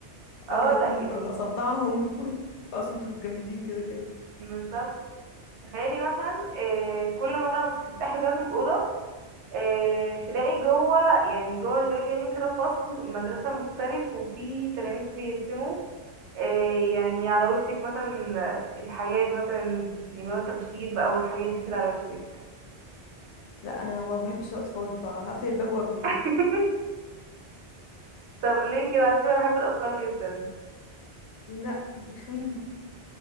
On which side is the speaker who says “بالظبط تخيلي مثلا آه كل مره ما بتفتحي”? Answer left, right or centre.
Right